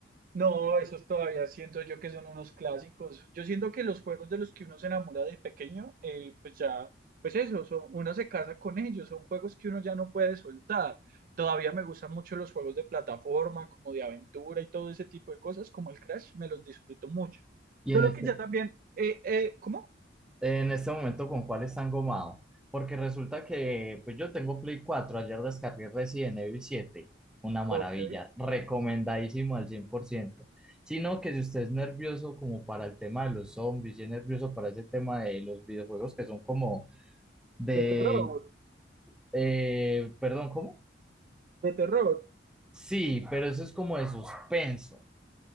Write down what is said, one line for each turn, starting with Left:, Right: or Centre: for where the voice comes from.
Right: no, esos todavía siento yo que son unos clásicos. Yo siento que los juegos de los que uno se enamora de pequeño, eh, pues ya, pues eso, son- uno se casa con ellos, son juegos que uno ya no puede soltar. Todavía me gustan mucho los juegos de plataforma, como de aventura y todo ese tipo de cosas, como el Crash, me los disfruto mucho.
Centre: Y
Right: Solo
Centre: en este,
Right: que ya también, eh, eh, ¿cómo?
Centre: En este momento, ¿con cuál están gomado? Porque resulta que pues yo tengo Play cuatro ayer descargué Resident Evil siete una maravilla,
Right: Ok,
Centre: recomendadísimo al cien por ciento Sino que si usted es nervioso como para el tema de los zombies y es nervioso para ese tema de los videojuegos que son como de...
Right: de terror.
Centre: eh, perdón, ¿cómo?
Right: de terror.
Centre: Sí, pero eso es como de suspenso.